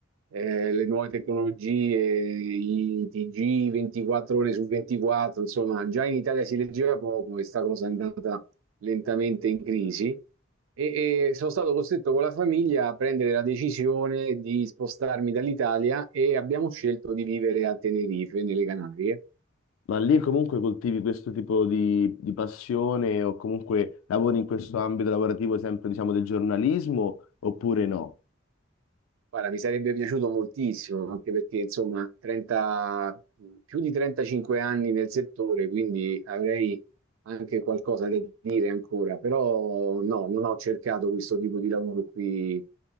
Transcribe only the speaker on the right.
eh, le nuove tecnologie, i TG 24 ore su 24, insomma, già in Italia si leggeva poco e sta cosa è andata lentamente in crisi e, e sono stato costretto con la famiglia a prendere la decisione di spostarmi dall'Italia e abbiamo scelto di vivere a Tenerife, nelle Canarie.
Guarda, mi sarebbe piaciuto moltissimo, anche perché insomma, 30, più di 35 anni nel settore, quindi avrei anche qualcosa da dire ancora, però no, non ho cercato questo tipo di lavoro qui